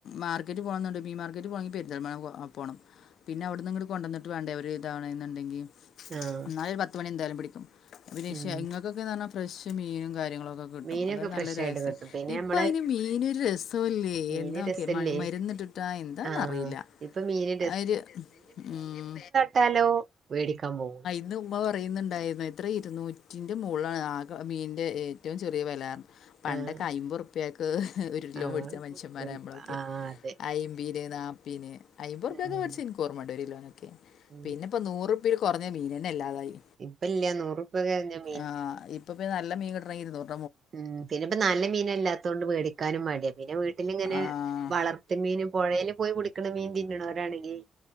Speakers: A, on the left (about 65°); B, on the right (about 40°).
A: മാർക്കറ്റ് പോണന്നുണ്ട് മീ മാർക്കറ്റ് പോണങ്കി പെരിന്തൽമണ്ണ പോണം പിന്നെ അവിടുന്നിങ്ങട്ട് കൊണ്ടന്നിട്ട് വേണ്ടേ ഒര് ഇതാവണെന്നുണ്ടെങ്കി
B: ആഹ്
A: ഇന്നാലൊരു പത്ത് മണി എന്തായാലും പിടിക്കും പിന്നെഷ
B: ഉം
A: ഇങ്ങക്കൊക്കെ പറഞ്ഞാ ഫ്രഷ് മീനും കാര്യങ്ങളൊക്കെ കിട്ടും
B: മീനൊക്കെ
A: അത്
B: ഫ്രഷ്
A: നല്ലൊര
B: ആയിട്ട്
A: <unintelligible>
B: കിട്ടും പിന്നെ
A: ഇപ്പയിന്
B: നമ്മള്
A: മീനൊരു രസോല്ലാ പി
B: മീന്
A: എന്താ ഓക്കെ
B: രസല്ലേ
A: മണ മരുന്നിട്ടിട്ടാ എന്താന്നറിയില്ല
B: ആഹ് ഇപ്പൊ മീന്
A: ആ ഒരു ഉം
B: ട്ടാലോ വേടിക്കാൻ പോകും
A: ഇന്ന് ഉമ്മ പറയുന്നുണ്ടായിരുന്നു എത്ര ഇരുന്നൂറ്റിൻ്റെ മോളിലാണ് ആകെ മീനിൻ്റെ ഏറ്റവും ചെറിയ വെലാന്ന് പണ്ടൊക്കെ
B: ആഹ്
A: അയിമ്പൊറുപ്യക്ക് ഒരു കിലോ
B: ആഹ്
A: മേടിച്ച മനുഷ്യന്മാരാ
B: ഒരു
A: ഞമ്മളൊക്കെ
B: ആഹ് അതെ
A: അയിമ്പീന് നാപ്പീന് അയമ്പറുപ്യക്ക്
B: ഉം
A: വേടിച്ചെ ഇൻക്ക് ഇക്കോർമ്മണ്ട് ഒരു കിലോനൊക്കെ
B: ഉം
A: പിന്നെപ്പം നൂറുപ്യയിൽ കൊറഞ്ഞ മീനെന്നെ ഇല്ലാതായി
B: ഇപ്പ ഇല്യ നൂറുറൂപ്യ <unintelligible>
A: ആഹ് ഇപ്പപിന്നെ നല്ല മീൻ കിട്ടണെങ്കി ഇരുന്നൂറു
B: ഉം പിന്നെ ഇപ്പ നല്ല മീനല്ലാത്തോണ്ട് വേടിക്കാനും മടിയാ പിന്നെ വീട്ടിലിങ്ങനെ
A: ആഹ്
B: വളർത്ത് മീന് പൊഴയില് പോയി പുടിക്കണ മീൻ തിന്നണോരാണെങ്കി